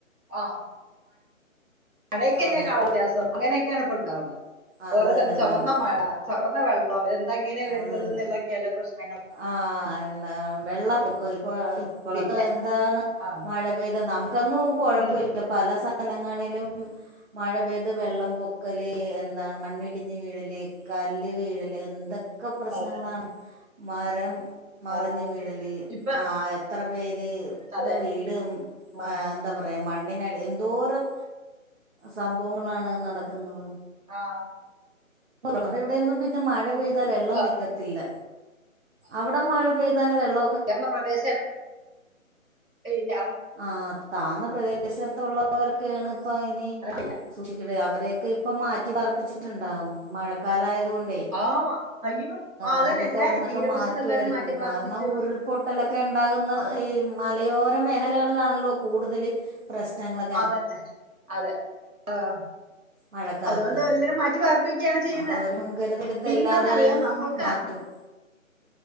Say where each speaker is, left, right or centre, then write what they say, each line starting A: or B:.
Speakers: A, on the right; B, on the right.
A: ആഹ് മഴക്കന്നെ
B: അതെ
A: കളറ് വ്യത്യാസം അങ്ങനെക്കെയാണ് ഇപ്പ ഇണ്ടാവ്ണത്
B: അത്
A: ഓരോ
B: തന്നെ
A: സ്ഥലത്ത്
B: അത്
A: ചൊവന്ന
B: തന്നെ
A: മഴ ചൊമന്ന വെള്ളം ഇതെന്താ ഇങ്ങനെ വര്ന്നത്
B: അത് തന്നെ
A: ഇന്ന്ള്ളേ എക്കെയില്ല പ്രശ്നങ്ങള്
B: ആഹ് എന്താ വെള്ളപ്പൊക്കം ഇപ്പൊ ഇപ്പളത്തെ
A: പിന്നെ
B: എന്താണ്
A: ആ
B: മഴ പെയ്ത് നമുക്കൊന്നും കൊഴപ്പയില്ല
A: ഉം,
B: പല സ്ഥലങ്ങളിലും മഴ പെയ്ത് വെള്ളം പൊ ക്കല്
A: ഉം,
B: എന്താണ് മണ്ണിടിഞ്ഞ് വീഴല്
A: ഉം.
B: കല്ല് വീഴല് എന്തൊ ക്കെ പ്രശ്നങ്ങളാണ്
A: അതെ
B: മരം മറിഞ്ഞ്
A: ആ
B: വീഴല്
A: ഇപ്പൊ
B: നാ എത്ര പേര്
A: ഉം,
B: എന്ത
A: അതെ
B: വീട്
A: ആ
B: മ എന്താ പറയാ മണ്ണിനടി എന്തോരം സംഭവങ്ങളാണ് നടക്ക്ന്നത്
A: ആഹ്
B: നമ്മളിവിടെയൊന്നും പിന്നെ മഴ പെയ്ത വെള്ളം
A: ആ,
B: നിക്കത്തില്ല അവിടെ മഴ പെയ്താല് വെള്ള
A: ഉയർന്ന പ്രദേശായിനെക്കൊണ്ട് ഇല്ല
B: ആഹ് താന്ന പ്രദേശത്തുള്ളവർക്കേണ് ഇപ്പ ഇനി
A: എനക്കില്ല
B: സൂക്ഷിക്കണ്ട് അവരെയൊക്കെ ഇപ്പൊ ഇപ്പം മാറ്റി
A: ഉം.
B: പാർപ്പിച്ചിട്ട്ണ്ടാവും മഴക്കാലായത് കൊ ണ്ടേ
A: ആഹ് അയ്യോ ആ, അതന്നെ
B: അവരൊക്കെ
A: എല്ലാരും
B: അവിടുന്നൊക്കെ
A: തീരപ്രദേശത്ത്
B: മാറ്റുവായിരിക്കും
A: എല്ലാരും മാറ്റി പാർപ്പിച്ചു
B: കാരണം ഉരു ൾ പൊട്ടലൊക്കെ ഇണ്ടാകുന്ന
A: അ-
B: ഈ മലയോര മേഖലകളിലാണല്ലോ? കൂടുതല് പ്രശ്നങ്ങളെ
A: ക്കെ തന്നെ അതെ ആഹ്
B: മഴക്കാലത്ത്
A: അതുകൊണ്ട് എല്ലരും മാറ്റി പാർപ്പിക്കുകയാണ് ചെയ്യുന്നെ
B: അപ്പോൾ അവർ മുൻകരുതെടുത്ത്
A: പിന്നെന്താന്നറിയോ
B: എല്ലാവരെയും
A: നമ്മൾക്കാ
B: മാറ്റും